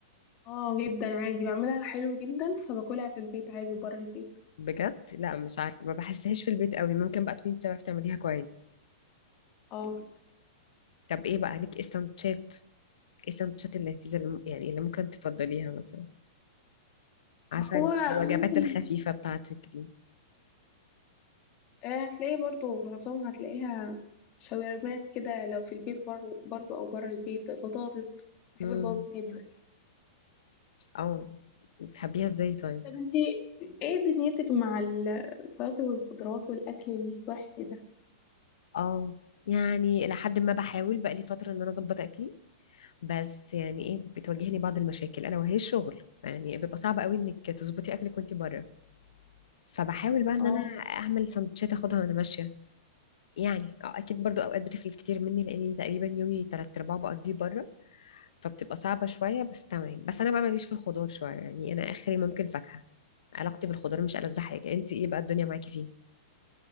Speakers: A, on the left; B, on the left.
A: اه جدا عادي بعملها حلو جدا فباكلها في البيت عادي وبره البيت
B: بجد لا مش عارفه ما بحسهاش في البيت قوي ممكن بقى تكوني بتعرفي تعمليها كويس
A: اه
B: طب ايه بقى ليك ايه السندوتشات ايه السندوتشات اللذيذة اللي م- يعني اللي ممكن تفضليها مثلا عارفة
A: هو
B: ال- الوجبات
A: ممكن
B: الخفيفة بتاعتك دي
A: آه، هتلاقيه برضو معظمها هتلاقيها شاورمات كده لو في البيت برضو, برضو او بره البيت بطاطس بحب
B: امم
A: البطاطس جدا
B: اه بتحبيها ازاي طيب
A: طب انتي ايه دنيتك مع الفواكه والخضروات والاكل الصحي ده
B: اه يعني إلى حد ما بحاول بقى لي فترة إن أنا أظبط أكلي بس يعني إيه بتواجهني بعض المشاكل ألا وهي الشغل يعني بيبقى صعب قوي إنك تظبطي أكلك وأنت بره فبحاول بقى إن
A: اه
B: أنا أعمل سندوتشات أخدها وأنا ماشية يعني آه، أكيد برضو أوقات بتفلت كتير مني لأني تقريبا يومي تلات أرباعه بقضيه بره فبتبقى صعبة شوية بس تمام بس أنا بقى ماليش في الخضار شوية يعني أنا آخري ممكن فاكهة علاقتي بالخضار مش ألذ حاجة أنت إيه بقى الدنيا معاكي فيه؟